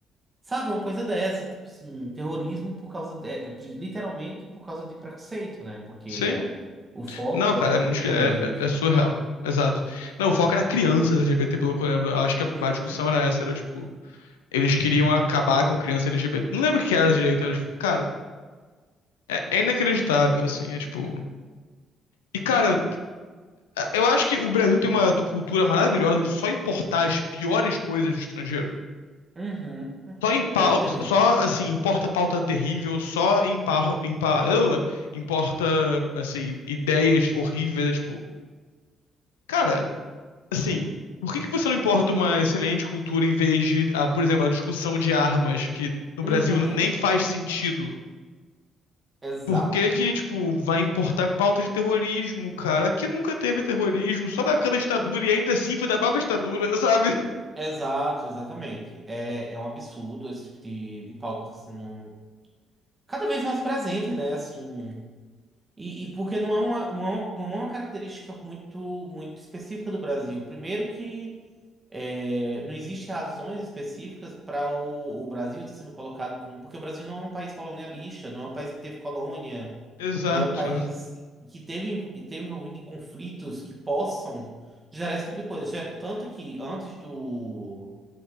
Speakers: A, on the right; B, on the left.
A: Sabe, uma coisa dessa, tipo assim, terrorismo por causa de, é, é, literalmente por causa de preconceito, né? Porque
B: Sim.
A: é, o foco
B: Não, cara,
A: era
B: é muito.
A: a comunidade
B: É,
A: LGBT.
B: é- é surreal. Exato. Não, o foco era crianças LGBT, pelo que eu lembro. Eu acho que
A: Uhum,
B: a, a discussão era essa, era tipo. Eles queriam acabar com criança LGBT. Não lembro o que era direito, era tipo. Cara, é, é inacreditável, assim. É tipo. E, cara, Eu acho que o Brasil tem uma cultura maravilhosa de só importar as piores coisas do estrangeiro.
A: uhum, uhum.
B: Só, impa-
A: Pior que tem mesmo.
B: só assim, importa pauta terrível, só impa- impa- ela, importa assim, ideias horríveis, é tipo, cara, assim, por que que você não importa uma excelente cultura em vez de, ah, por exemplo, a discussão de armas que no
A: Uhum.
B: Brasil nem faz sentido?
A: Exato.
B: Por que que, tipo, vai importar pauta de terrorismo, cara? Aqui nunca teve terrorismo, só na época da ditadura e ainda assim foi da própria ditadura, <laughs> sabe?
A: Exato, exatamente. É, é um absurdo esse tipo de, de pauta tá sendo cada vez mais presente, né? Assim, e, e porque não é uma, uma, uma característica muito, muito específica do Brasil. Primeiro que É, não existe razões específicas para o, o Brasil estar sendo colocado como. Porque o Brasil não é um país colonialista, não é um país que teve colônia,
B: Exato.
A: não é um país que teve, env- teve envolvido em conflitos que possam gerar esse tipo de coisa. Ger- Tanto que antes do,